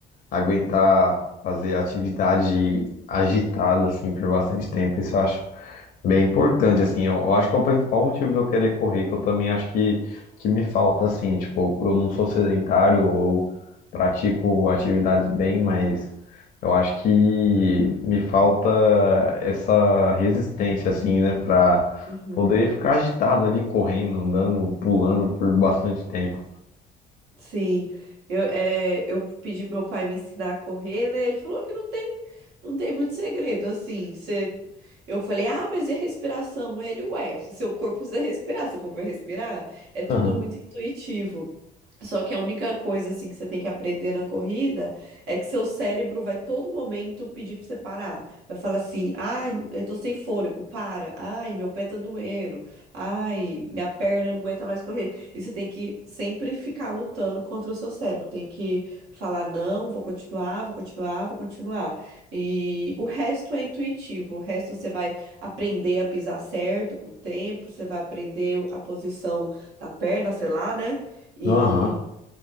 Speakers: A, on the left (about 55°); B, on the right (about 85°).
A: aguentar fazer atividade agitada, assim, por bastante tempo. Isso eu acho bem importante, assim. Eu, eu acho que é o principal motivo de eu querer correr, que eu também acho que, que me falta, assim. Tipo, eu eu não sou sedentário ou pratico atividades bem, mas eu acho que me falta essa resistência, assim, né, pra
B: Uhum.
A: poder ficar agitado ali, correndo, andando, pulando por bastante tempo.
B: Sim, eu, é, eu pedi pro meu pai me ensinar a correr, né? Ele falou que não tem, não tem muito segredo, assim. Você, eu falei, ah, mas e a respiração? Ele, ué, seu corpo precisa respirar, seu corpo vai respirar. É tudo
A: Aham,
B: muito intuitivo. Só que a única coisa, assim, que você tem que aprender na corrida é que seu cérebro vai todo momento pedir pra você parar. Vai falar assim, ai, eu tô sem fôlego, para. Ai, meu pé tá doendo. Ai, minha perna não aguenta mais correr. E você tem que sempre ficar lutando contra o seu cérebro. Tem que falar, não, vou continuar, vou continuar, vou continuar. E o resto é intuitivo. O resto você vai aprender a pisar certo com o tempo, você vai aprender a posição da perna, sei lá, né? E
A: aham.